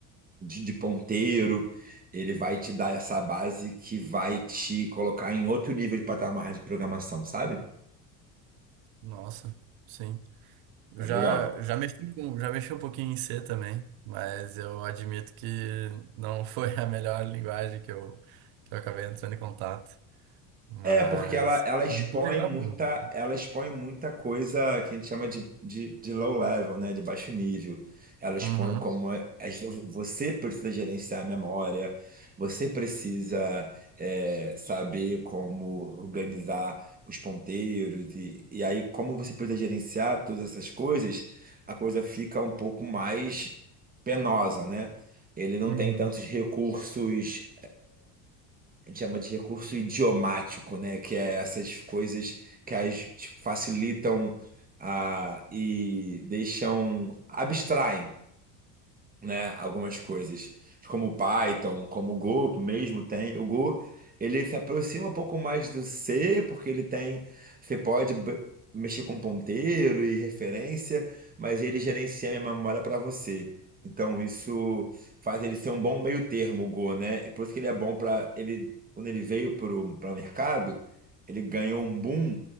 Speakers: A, on the right; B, on the right.
A: de, de ponteiro. Ele vai te dar essa base que vai te colocar em outro nível de patamar de programação, sabe?
B: Nossa, sim. Eu
A: É
B: já,
A: legal.
B: já mexi com, já mexi um pouquinho em C também, mas eu admito que não <laughs> foi a melhor linguagem que eu, que eu acabei entrando em contato. Mas,
A: É, porque ela, ela expõe
B: muito legal,
A: muita,
B: meu.
A: ela expõe muita coisa que a gente chama de, de, de low level, né? De baixo nível. Ela expõe
B: Uhum,
A: como é- as- você precisa gerenciar a memória, você precisa é, saber como organizar os ponteiros, e, e aí, como você precisa gerenciar todas essas coisas, a coisa fica um pouco mais penosa, né? Ele não
B: uhum,
A: tem tantos recursos a gente chama de recurso idiomático, né? Que é essas coisas que as tipo, facilitam ah, e deixam, abstraem né, algumas coisas, como o Python, como o Go mesmo tem. O Go, ele se aproxima um pouco mais do C, porque ele tem, você pode b- mexer com ponteiro e referência, mas ele gerencia a memória para você. Então isso faz ele ser um bom meio termo, o Go, né? É por isso que ele é bom para ele quando ele veio para o mercado, ele ganhou um boom